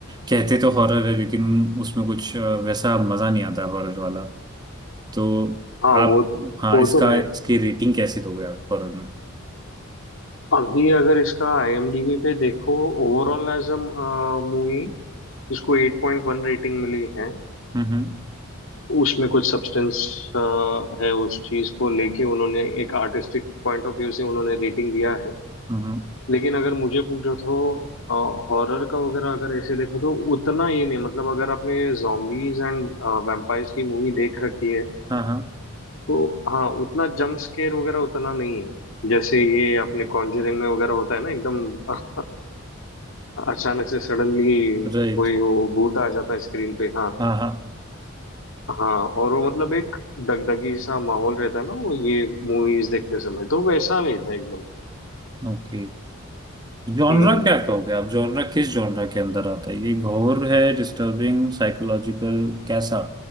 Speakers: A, on the right; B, on the left.
A: कहते तो हॉरर है लेकिन उसमें कुछ अ, वैसा मजा नहीं आता हॉरर वाला तो
B: हाँ
A: आप
B: वो
A: हाँ
B: वो
A: इसका
B: तो है
A: इसकी रेटिंग कैसे दोगे आप हॉरर में
B: अभी अगर इसका आईएमडीबी पे देखो ओवरऑल एज अ मूवी इसको 8.1 रेटिंग मिली है
A: हम्म हम्म
B: उसमें कुछ सब्सटेंस है उस चीज को लेके उन्होंने एक आर्टिस्टिक पॉइंट ऑफ व्यू से उन्होंने रेटिंग दिया है
A: हम्म,
B: लेकिन अगर मुझे पूछो तो हॉरर का वगैरह अगर ऐसे देखो तो उतना ये नहीं मतलब अगर आपने जॉम्बीज एंड वैम्पायर्स की मूवी देख रखी है
A: हाँ हाँ
B: तो हाँ उतना जंप स्केयर वगैरह उतना नहीं है जैसे ये अपने कॉन्जरिंग में वगैरह होता है ना एकदम <laughs> अचानक से सडनली
A: राइट
B: कोई वो भूत आ जाता है स्क्रीन पे हाँ
A: हाँ हाँ
B: हाँ और वो मतलब एक दगदगी सा माहौल रहता है ना वो ये मूवीज देखते समय तो वैसा नहीं था एकदम
A: ओके जॉनरा
B: हम्म
A: क्या कहोगे आप जॉनरा किस जॉनरा के अंदर आता है ये घोर है डिस्टर्बिंग साइकोलॉजिकल कैसा